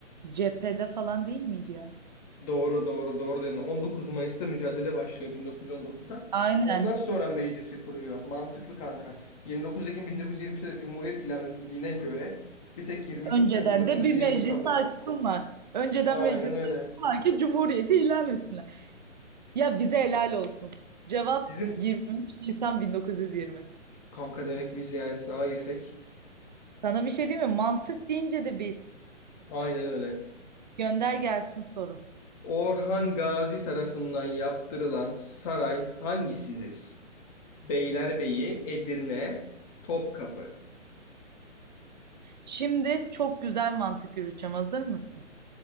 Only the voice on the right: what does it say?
cephede falan değil miydi ya?
Aynen.
Önceden
de bir meclis
açsınlar. Önceden
meclis
açsınlar ki cumhuriyeti ilan etsinler. Ya bize helal olsun. Cevap
23 Nisan 1920.
Sana bir şey diyeyim mi? Mantık deyince de biz.
Gönder gelsin soru.
Şimdi çok güzel mantık yürüteceğim. Hazır mısın?